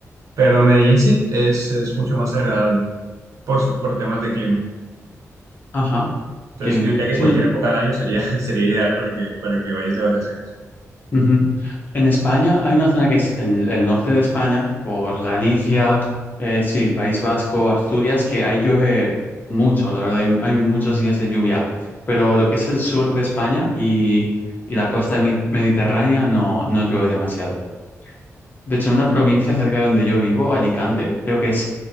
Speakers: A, on the right (about 80°); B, on the left (about 35°).
A: Pero en Medellín sí es, es mucho más agradable pues, por temas de clima.
B: Ajá.
A: Entonces,
B: Qué bien.
A: yo diría que
B: Sí,
A: cualquier
B: no-
A: época del año sería, <laughs> sería ideal para que, para que vayas de vacaciones.
B: Ujú. En España hay una zona que es en el norte de España, por Galicia, eh, sí, País Vasco, Asturias, que ahí llueve mucho, la verdad, hay, hay muchos días de lluvia, pero lo que es el sur de España y, y la costa mi- mediterránea no, no llueve demasiado. De hecho, en una provincia cerca de donde yo vivo, Alicante, creo que es